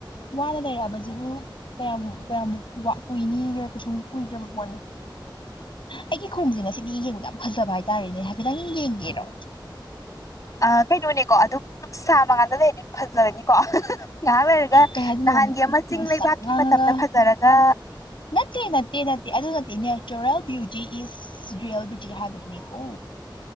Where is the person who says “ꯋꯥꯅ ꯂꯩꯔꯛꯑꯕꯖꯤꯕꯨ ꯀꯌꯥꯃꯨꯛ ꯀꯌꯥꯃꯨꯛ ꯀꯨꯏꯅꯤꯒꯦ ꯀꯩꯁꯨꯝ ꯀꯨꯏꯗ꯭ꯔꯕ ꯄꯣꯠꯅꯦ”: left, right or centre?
Left